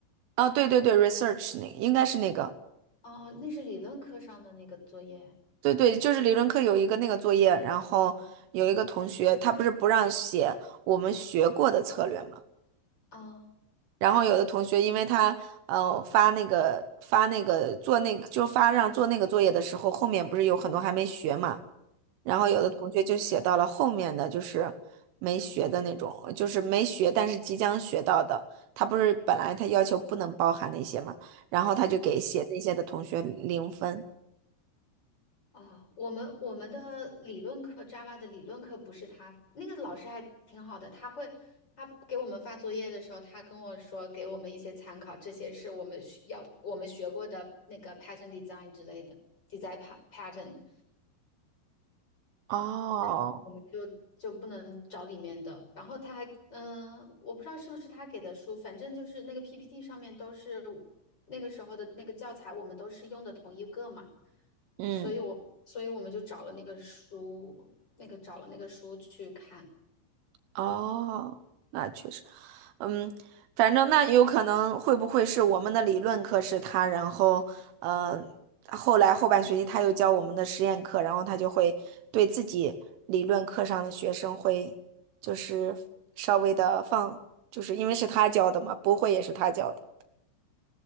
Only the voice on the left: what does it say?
哦，那是理论课上的那个作业。
啊
啊，
哦，我们我们的理论课，Java 的理论课不是他，那个老师还挺好的，他会他给我们发作业的时候，他跟我说给我们一些参考，这些是我们需要我们学过的那个 pattern design 之类的 design pa- pattern。
然后我们就就不能找里面的。然后他还，嗯、我不知道是不是他给的书，反正就是那个 PPT 上面都是那个时候的那个教材，我们都是用的同一个嘛，
所以我所以我们就找了那个书，那个找了那个书去看。